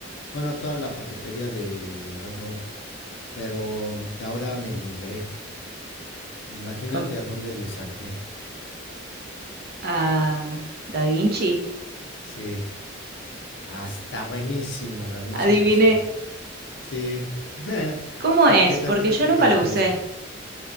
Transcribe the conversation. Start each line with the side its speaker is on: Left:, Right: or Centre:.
Left: Bueno, toda la paquetería de Adobe, pero de ahora me migré. Imagínate
Right: Con,
Left: a dónde le salté.
Right: a Da Vinci,
Left: Sí. Hasta buenísimo, Da Vinci
Right: adiviné
Left: Resolve. Sí. <laughs>
Right: cómo
Left: ¿Por
Right: es,
Left: qué pensaste
Right: porque yo nunca
Left: que Da
Right: lo
Left: Vinci?
Right: usé.